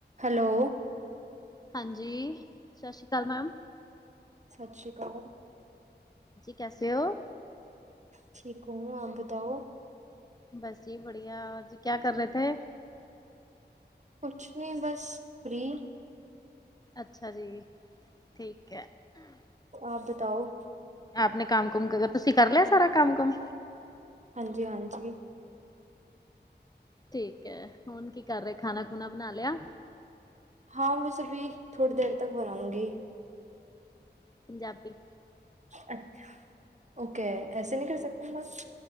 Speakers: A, on the right (about 40°); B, on the left (about 20°).
A: Hello
B: ਹਾਂਜੀ ਸਤਿ ਸ਼੍ਰੀ ਅਕਾਲ ਮੈਮ
A: ਸਤਿ ਸ਼੍ਰੀ ਅਕਾਲ।
B: ਕੈਸੇ ਹੋ?
A: ਠੀਕ ਹੂੰ ਆਪ ਬਤਾਓ?
B: ਬਸ ਜੀ ਬੜੀਆ ਜੀ ਕਿਆ ਕਰ ਰਹੇ ਥੇ?
A: ਕੁੱਛ ਨੀ ਬਸ ਫ੍ਰੀ
B: ਅੱਛਾ ਜੀ। ਠੀਕ ਹੈ।
A: ਆਪ ਬਤਾਓ
B: ਆਪਣੇ ਕੰਮ-ਕੁਮ ਤੁਸੀਂ ਕਰ ਲਿਆ ਸਾਰਾ ਕੰਮ-ਕੁਮ
A: ਹਾਂਜੀ-ਹਾਂਜੀ
B: ਠੀਕ ਹੈ ਹੁਣ ਕੀ ਕਰ ਰਹੇ ਖਾਣਾ-ਖੁਣਾ ਬਣਾ ਲਿਆ
A: ਹਾਂ ਮੈਂ ਸਭੀ ਥੋੜ੍ਹੀ ਦੇਰ ਤੱਕ ਬਣਾਉਂਗੀ
B: ਪੰਜਾਬੀ
A: ਅੱਛਾ ਓਕੇ ਐਸੇ ਨਹੀਂ ਕਰ ਸਕਤੇ ਮੈਮ